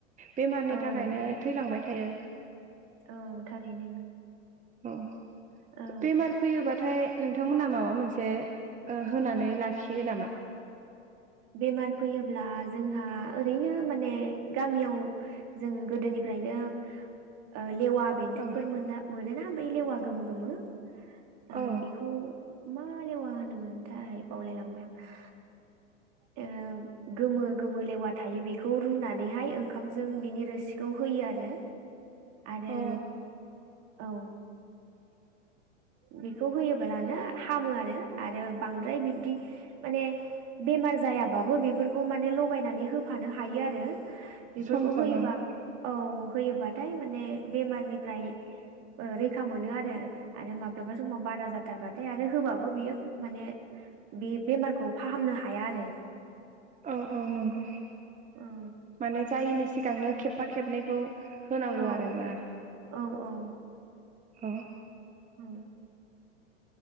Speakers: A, on the right (about 20°); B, on the right (about 45°).
A: बेमारनि
B: औ
A: थाखायनो थैलांबाय थ थायो
B: औ थारैनो
A: औ
B: औ
A: बेमार फैयोबाथाय नोंथांमोना माबा मोनसे ओ होनानै लाखियो नामा
B: बेमार फैयोब्ला जोंहा ओरैनो माने गामियाव जों गोदोनिफ्रायनो ओ लेवा बेन्दोंफोर
A: औ
B: मोन मोनो ना बे लेवा गोमो गोमो ओ
A: औ
B: बेखौ मा लेवा होनोमोनथाय बावलायलांबाय आं ओ गोमो गोमो लेवा थायो बेखौ रुनानैहाय ओंखामजों बिनि रोसिखौ होयो आरो आरो
A: अ
B: औ बेखौ होयोब्लानो हामो आरो आरो बांद्राय बिब्दि माने बेमार जायाबाबो बेफोरखौ माने लगायनानै होफानो हायो आरो बेफोरखौ
A: सम सम
B: होयोबा
A: औ
B: औ होयोबाथाय माने बेमारनिफ्राय ओ रैखा मोनो आरो आरो माबा माब्लाबा समाव बारा जाथारबाथाय आरो होबाबो बियो माने बे बेमारखौ फाहामनो हाया आरो
A: औ औ नंगौ
B: औ
A: माने जायैनि सिगांनो खेबफा खेबनैखौ होनांगौ
B: औ
A: आरोना
B: औ औ
A: औ
B: औ